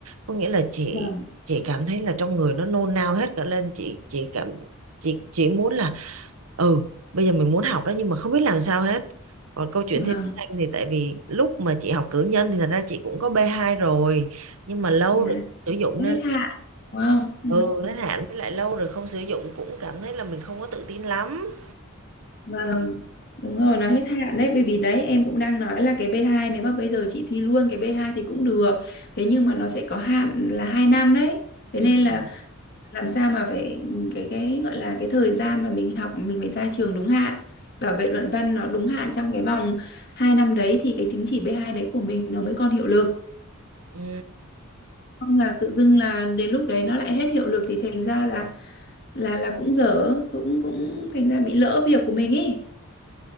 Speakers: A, on the right; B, on the left.
A: có nghĩa là chị
B: Vâng.
A: chị cảm thấy là trong người nó nôn nao hết cả lên chị chị cảm chị chị muốn là ừ bây giờ mình muốn học đó nhưng mà không biết làm sao hết còn câu chuyện
B: Vâng.
A: thiên anh thì tại vì lúc mà chị học cử nhân thì thật ra chị cũng có b hai rồi nhưng mà lâu
B: À,
A: rồi không sử dụng
B: hết
A: nên
B: hạn. Đúng không? Ừ.
A: ừ hết hạn với lại lâu rồi không sử dụng cũng cảm thấy là mình không có tự tin lắm
B: Vâng, đúng rồi, nó hết hạn đấy, bởi vì đấy em cũng đang nói là cái b hai nếu mà bây giờ chị thi luôn cái b hai thì cũng được. Thế nhưng mà nó sẽ có hạn là 2 năm đấy. Thế
A: ừ.
B: nên là làm sao mà phải cái cái gọi là cái thời gian mà mình học mình phải ra trường đúng hạn. Bảo vệ luận văn nó đúng hạn trong cái vòng 2 năm đấy thì cái chứng chỉ b hai đấy của mình nó mới còn hiệu lực.
A: Ừ.
B: Không là tự dưng là đến lúc đấy nó lại hết hiệu lực thì thành ra là là là cũng dở, cũng cũng thành ra bị lỡ việc của mình ấy.